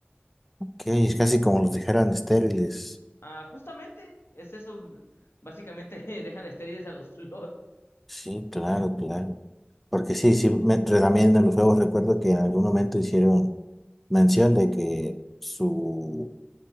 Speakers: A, in the centre; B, on the left (about 80°).
A: Ok, es casi como los dejaran estériles.
B: Ah, justamente, es eso. Básicamente <laughs> dejan estériles a los <laughs> plots.
A: Sí, claro, claro. Porque sí, sí, me- re- también en los juegos recuerdo que en algún momento hicieron mención de que su,